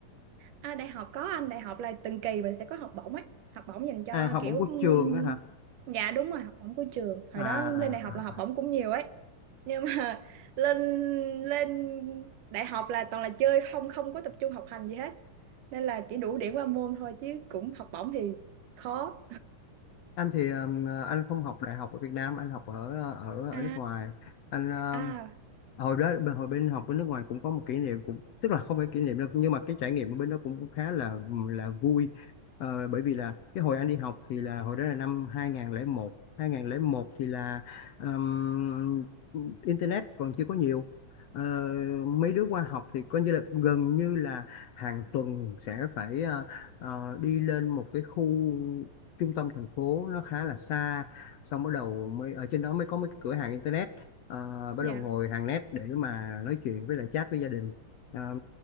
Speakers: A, on the right (about 75°); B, on the left (about 65°).
A: À, đại học có anh đại học là từng kỳ mình sẽ có học bổng ấy học bổng dành cho
B: À học
A: kiểu
B: bổng của
A: ừm,
B: trường á hả?
A: dạ đúng rồi học bổng của trường hồi
B: À, à,
A: đó lên đại học
B: à.
A: là học bổng cũng nhiều ấy nhưng mà <laughs> lên lên đại học là toàn là chơi không không có tập trung học hành gì hết nên là chỉ đủ điểm qua môn thôi chứ cũng học bổng thì khó
B: Anh thì um, anh không học đại học ở Việt Nam, anh học ở ờ, ở ở
A: <laughs>
B: nước ngoài. Anh um,
A: à à
B: hồi đó bên hồi bên học bên nước ngoài cũng có một kỷ niệm cũng tức là không phải kỷ niệm đâu nhưng mà cái trải nghiệm ở bên đó cũng cũng khá là là vui Ờ, bởi vì là cái hồi anh đi học thì là hồi đó là năm 2001 một thì là ừm, internet còn chưa có nhiều Ờ, mấy đứa qua học thì coi như là gần như là hàng tuần sẽ phải ờ, ờ, đi lên một cái khu trung tâm thành phố nó khá là xa xong bắt đầu mới ở trên đó mới có mấy cái cửa hàng internet uh, bắt
A: dạ
B: đầu ngồi hàng net để mà nói chuyện với lại chat với gia đình Ờ,